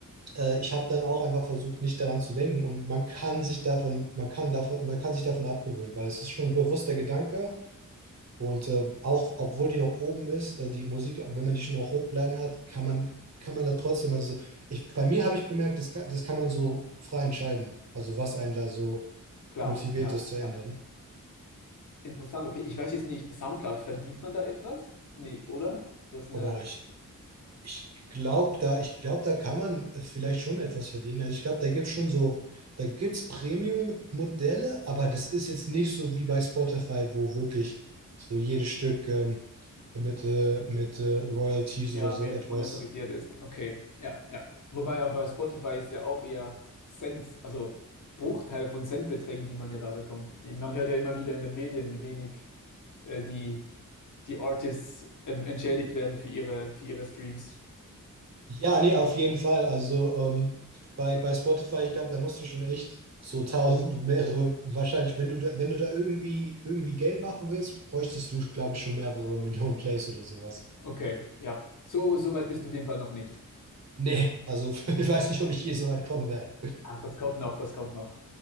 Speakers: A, on the right; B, on the left.
A: äh, ich habe dann auch einfach versucht, nicht daran zu denken und man kann sich davon, man kann davon, man kann sich davon abgewöhnen, weil es ist schon ein bewusster Gedanke und äh, auch, obwohl die noch oben ist, äh, die Musik, wenn man die schon noch hochgeladen hat, kann man, kann man da trotzdem, also ich, bei mir habe ich bemerkt, das kann, das kann man so frei entscheiden. Also was einen da so
B: klar.
A: motiviert
B: Ja,
A: ist zu
B: ja.
A: ändern.
B: Interessant, okay. Ich weiß jetzt nicht, SoundCloud, verdient man da etwas? Nee, oder? Das eine,
A: Aber ich, ich glaube da, ich glaube, da kann man vielleicht schon etwas verdienen. Also ich glaube, da gibt es schon so, da gibt es Premium-Modelle, aber das ist jetzt nicht so wie bei Spotify, wo wirklich so jedes Stück ähm, mit, äh, mit äh, Royalties
B: ja,
A: oder so
B: mit
A: etwas
B: monetarisiert ist. Okay, ja, ja. Wobei aber bei Spotify ist ja auch eher Cent, also Bruchteile von Centbeträgen, die man ja da bekommt. Man hört ja immer wieder in den Medien, wie wenig äh, die, die Artists ähm, entschädigt werden für ihre, für ihre Streams.
A: Ja, nee, auf jeden Fall. Also ähm, bei, bei Spotify, ich glaube, da musst du schon echt so tausend, mehrere, wahrscheinlich, wenn du da, wenn du da irgendwie, irgendwie Geld machen willst, bräuchtest du, glaube ich, schon mehrere Millionen Plays oder sowas.
B: Okay, ja. So, so weit bist du in dem Fall noch nicht.
A: Nee, also <laughs> ich weiß nicht, ob ich je so weit kommen werde.
B: Ach, das kommt noch, das kommt noch.